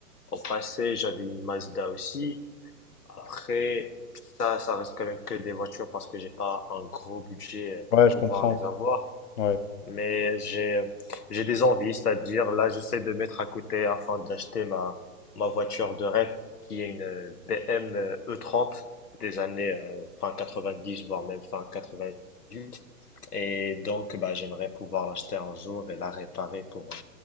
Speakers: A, on the left; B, on the left.
A: Au passé, j'avais une Mazda aussi. Après, ça, ça reste quand même que des voitures parce que j'ai pas un gros budget euh, pour
B: Ouais,
A: pouvoir
B: je comprends.
A: les avoir.
B: Ouais.
A: Mais j'ai j'ai des envies, c'est-à-dire là j'essaie de mettre à côté afin d'acheter ma ma voiture de rêve qui est une BM euh, e trente des années euh, fin dix voire même fin quatre-vingt huit et donc bah j'aimerais pouvoir l'acheter un jour et la réparer pour euh,